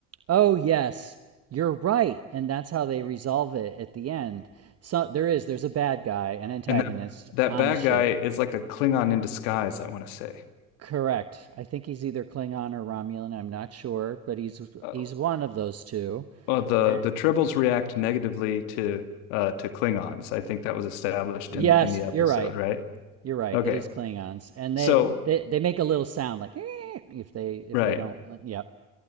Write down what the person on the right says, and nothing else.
oh yes you're right and that's how they resolve it at the end so there is there's a bad guy an antagonist
on
the ship
Correct. I think he's either Klingon or Romulan. I'm not sure, but he's
he's one of those two.
And-
yes,
you're right.
You're right.
It is Klingons, and
they they, they make a little sound like "Eh," if they if
they don't. like, Yep.